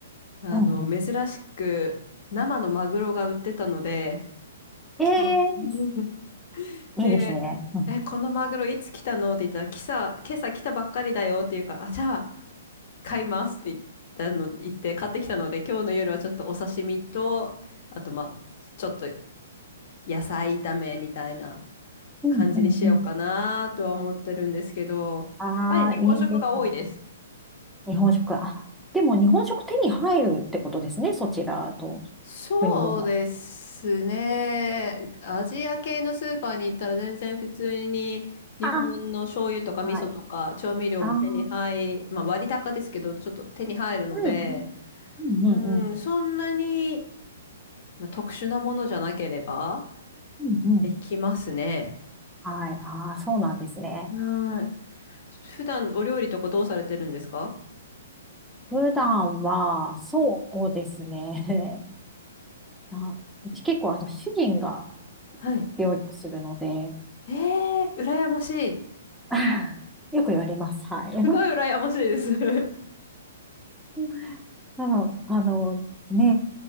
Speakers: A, on the left (about 50°); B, in the centre.
A: あの、
B: うん、うん。
A: 珍しく生のマグロが売ってたので、
B: え
A: 今日 <laughs>
B: ー、
A: で、
B: いいですね。うん、あ
A: え、このマグロいつ来たのって言ったら、今朝、今朝来たばっかりだよって言うから、あ、じゃあ買いますって言ったの、言って買ってきたので、今日の夜はちょっとお刺身と、あとまあ、ちょっと野菜炒めみたいな
B: うん、
A: 感じにしようかなとは思ってるんですけど、
B: うん、うん。ああー、
A: やっぱり日本食が多いです。
B: いいですね。日本食。あ、でも日本食手に入るってことですね。そちらと
A: そうですね。
B: 国でも。
A: アジア系のスーパーに行ったら全然普通に日本の醤油とか味噌とか調味料も手に入、
B: あはい。あー、
A: まあ割高ですけど、ちょっと手に入るので、
B: うん、うん、うん、
A: うん、
B: うんうん。
A: そんなに、まあ、特殊なものじゃなければ
B: うんうん
A: できますね。
B: はい。ああ、そうなんですね。
A: はい。普段お料理とかどうされてるんですか
B: 普段は、そうですね。<laughs> あ、うち結構、あの、主人が
A: はい。
B: 料理をするので、
A: えー、羨ましい。
B: <laughs> よく言われます。はい。
A: すごい羨ましいです。<laughs>
B: <laughs> なの、あの、ね、